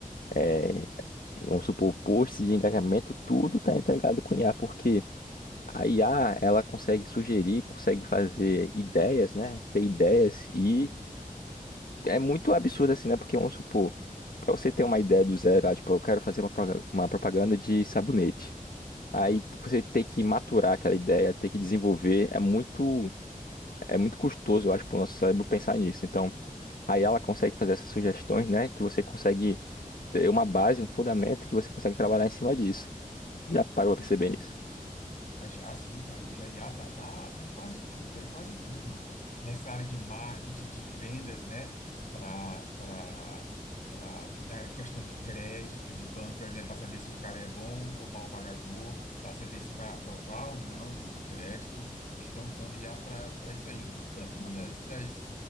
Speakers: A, on the left; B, on the left.
A: é, vamos supor, posts de engajamento, tudo está integrado com IA, porque A IA, ela consegue sugerir, consegue fazer ideias, né? Ter ideias e é muito absurdo assim, né? Porque vamos supor, para você ter uma ideia do zero, ah, tipo, eu quero fazer uma, proga- uma propaganda de sabonete. Aí você ter que maturar aquela ideia, ter que desenvolver, é muito é muito custoso, eu acho, para o nosso cérebro pensar nisso. Então, aí ela consegue fazer essas sugestões, né? Que você consegue ter uma base, um fundamento que você consegue trabalhar em cima disso. Tu já parou pra perceber isso?
B: Mas já sim, cara, o GIA tá, tá, tá em quase tudo, tem quase tudo nessa área de marketing, de vendas, né? Para para para na questão de crédito, de banco, por exemplo, para saber se um cara é bom ou mau pagador, para saber se vai aprovar ou não um crédito, eles estão usando IA para para isso aí. Uma da- uma das, das,